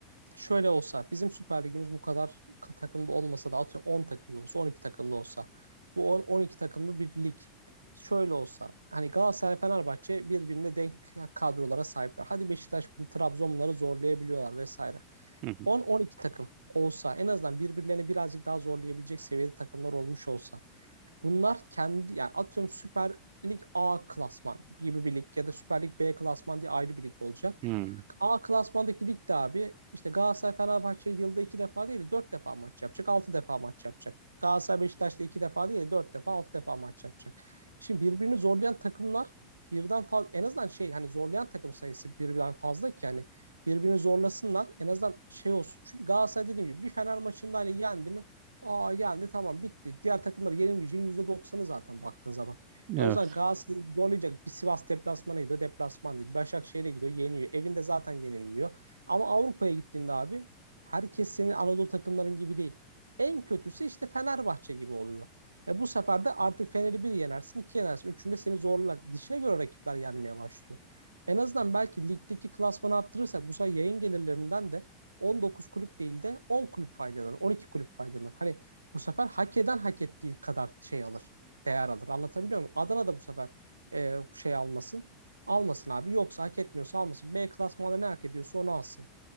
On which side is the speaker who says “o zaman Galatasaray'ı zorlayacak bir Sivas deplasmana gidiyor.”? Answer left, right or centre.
Right